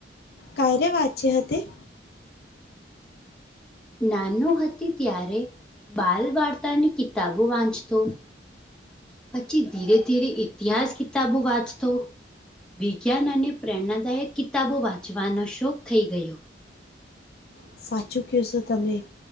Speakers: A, on the left; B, in the centre.
A: ક્યારે વાંચે હતી?
B: નાનું હતી ત્યારે બાલ વાર્તાની કિતાબો વાંચતો. પછી ધીરે-ધીરે ઇતિહાસ કિતાબો વાંચતો. વિજ્ઞાન અને પ્રેરણાદાયક કિતાબો વાંચવાનો શોખ થઈ ગયો.
A: સાચું કેશો તમે.